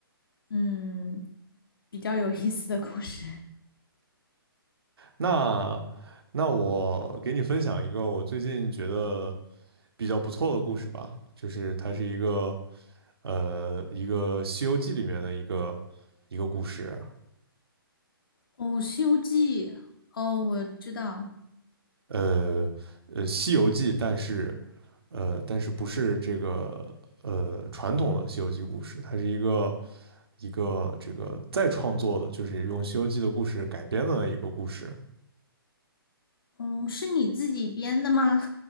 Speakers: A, on the left; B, on the right.
A: 嗯，比较有意思的故事。
B: 那那我给你分享一个我最近觉得比较不错的故事吧，就是它是一个呃一个《西游记》里面的一个一个故事，
A: 哦，《西游记》，哦，我知道，
B: 呃呃《西游记》，但是呃但是不是这个呃传统的《西游记》故事，它是一个一个这个再创作的，就是用《西游记》的故事改编的一个故事。
A: 嗯，是你自己编的吗？